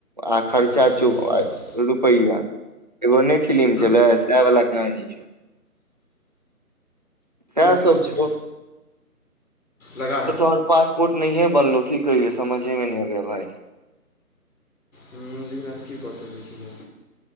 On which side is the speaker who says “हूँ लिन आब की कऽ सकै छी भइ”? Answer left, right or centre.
Left